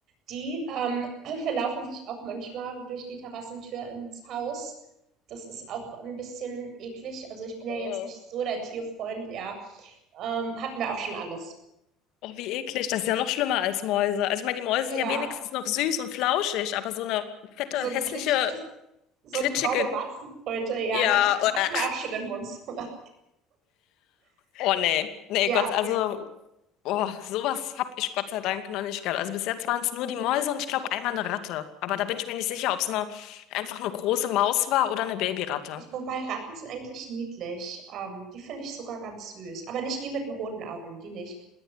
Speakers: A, on the right; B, on the left.
A: die ähm, <clears throat> verlaufen sich auch manchmal durch die Terrassentür ins Haus. Das ist auch ein bisschen eklig. Also ich bin ja
B: Oh,
A: jetzt nicht so der Tierfreund, ja. Ähm, hatten wir auch schon alles.
B: oh, wie eklig. Das ist ja noch schlimmer als Mäuse. Also ich meine, die Mäuse
A: Ja,
B: sind ja wenigstens noch süß und flauschig, aber so eine fette,
A: so ein
B: hässliche,
A: glitschig so
B: klitschige,
A: eine braune Warzenkröte, ja
B: ja.
A: genau. Hatten
B: äh.
A: wir auch schon im Wohnzimmer.
B: Oh nee. Nee,
A: Ja,
B: Gott, also
A: das
B: Boah, sowas habe ich Gott sei Dank noch nicht gehabt. Also bis jetzt waren es nur die Mäuse und ich glaube einmal eine Ratte. Aber da bin ich mir nicht sicher, ob es eine, einfach eine große Maus war oder eine Babyratte.
A: ich wobei Ratten sind eigentlich niedlich. Ähm, die finde ich sogar ganz süß, aber nicht die mit den roten Augen, die nicht.